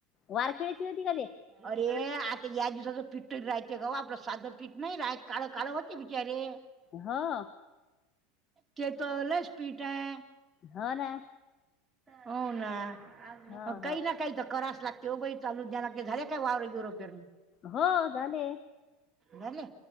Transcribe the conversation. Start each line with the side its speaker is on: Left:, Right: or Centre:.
Left: वारखेळेची होती का ते.
Right: अरे ये आता या दिवसाचं पीठ राहतें कव्हा आपलं साधं पीठ नाही राहत काळं काळ होते बिचारे.
Left: हा!
Right: केतो लस पीट हाय.
Left: हो ना!
Right: हो ना
Left: हो
Right: काही
Left: हो
Right: ना काही तर करास लागते बाई चालू द्याला झाल्या काय वावर युरो पेरणी
Left: हो झाले!
Right: झाले